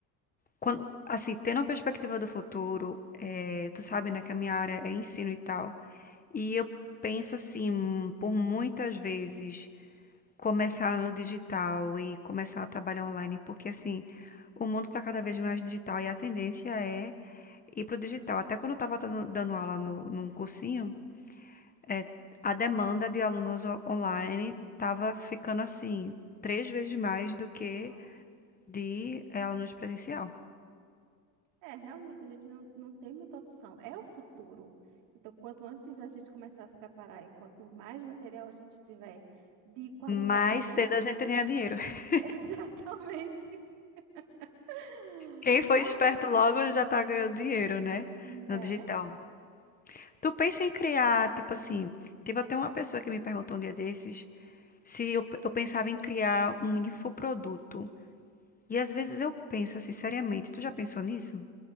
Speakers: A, on the left; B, on the right.
A: quando, assim, tendo uma perspectiva do futuro, eh, tu sabe, né, que a minha área é ensino e tal. E eu penso assim, por muitas vezes. começar no digital e começar a trabalhar online, porque assim, o mundo está cada vez mais digital e a tendência é ir para o digital. Até quando eu estava dando aula no, num cursinho, é, a demanda de alunos o- online estava ficando assim, três vezes mais do que
B: uau.
A: de é, alunos presencial.
B: É, realmente a gente não, não tem muita opção. É o futuro. Então, quanto antes a gente começar a se preparar e quanto mais material a gente tiver de qualidade,
A: mais cedo a gente ganha dinheiro. <laughs>
B: <laughs> exatamente. <laughs>
A: Quem foi
B: Ah,
A: esperto logo já tá ganhando dinheiro, né?
B: né?
A: No digital. Tu pensa em criar, tipo assim, teve até uma pessoa que me perguntou um dia desses se eu, eu pensava em criar um infoproduto. E às vezes eu penso assim, seriamente, tu já pensou nisso?